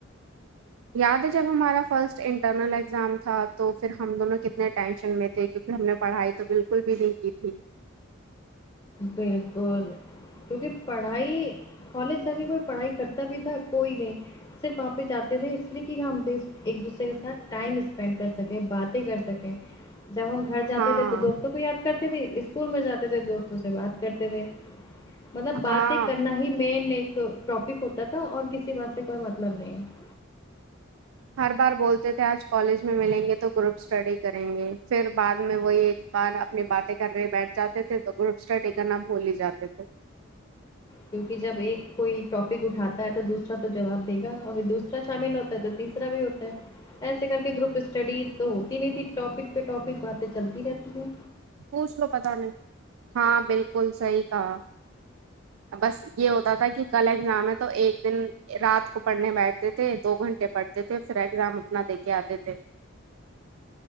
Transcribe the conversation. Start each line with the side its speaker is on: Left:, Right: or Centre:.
Right: یاد ہے جب ہمارا فرسٹ انٹرنل ایگزام تھا تو فھر ہم دونوں کتنے ٹینشن میں تھے تھ کیونکہ ہم نے پڑھائی تو بالکل بھی نہیں کی تھی
Left: بلکل کیونکہ پڑھائی کالج جا کے کوئی پڑھائی کرتا بھی تھا کوئی نہیں صرف وہاں پے جاتے تھے اس لیے کہ ہم پے ایک دوسرے کے ساتھ ٹائم اسپینڈ کر سکیں باتیں کر سکیں جب ہم گھر جاتے
Right: ہاں
Left: تھے تو دوستوں کو یاد کرتے تے اسکول میں جاتے تھے دوست سے بات کرتے تھے مطلب باتیں
Right: ہاں
Left: کرنا ہی مین ایک ٹاپک ہوتا تھا اور کسی بات سے کوئی مطلب نہیں ہے
Right: ہر بار بولتے تھے آج کالج میں ملیں گے تو گروپ اسٹڈی کریں گے پھر بعد میں وہ یہ بار اپنے باتیں کر رہے بیٹھ جاتے تھے تو گروپ اسٹڈی کرنا بھول ہی جاتے تھے
Left: کیوںکہ جب ایک کوئی ٹاپک اٹھاتا ہے تو دوسرا تو جواب دے گا ا دوسرا شامل ہوتا ہے تو تیسرا بھی ہوتا ہے ایسے کر کے گروپ اسٹڈی تو ہوتی نہیں تھی ٹاپک پہ ٹاپک باتیں چلتی رہتی ہے
Right: پوچھ لو پتا نہیں ہاں بالکل صحیح کہا بس یہ ہوتا تھا کہ کل ایگزام ہے تو ایک دن رات کو پڑھنے بیٹھتے تھے دو گھنٹے پڑھتے تھے پھر ایگزام اپنا دے کے آتے تھے